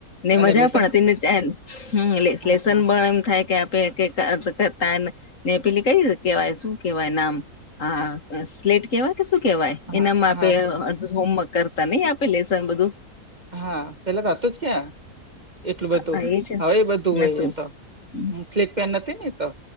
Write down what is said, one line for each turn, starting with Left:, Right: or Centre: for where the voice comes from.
Left: ને
Right: અને
Left: મજા
Right: લેસન
Left: પણ હતી ને હમ્મ એટ
Right: હા
Left: લેશન
Right: હા
Left: પણ એમ થાય કે <unintelligible> ને પેલી કઈ કેવાય શું કેવાય નામ? હ સ્લેટ કેવાય કે શું કેવાય!
Right: હા
Left: એનામાં
Right: હા
Left: આપે
Right: સ-
Left: અડધ હોમવર્ક કરતા નહિ આપે લેસન બધું.
Right: હા પેલા તો હતું જ ક્યાં. એટલું બધું
Left: હા છે
Right: હવે એ બધું હોય
Left: નતું
Right: એ તો
Left: હમ
Right: હ સ્લીપ પેન નથી ને એતો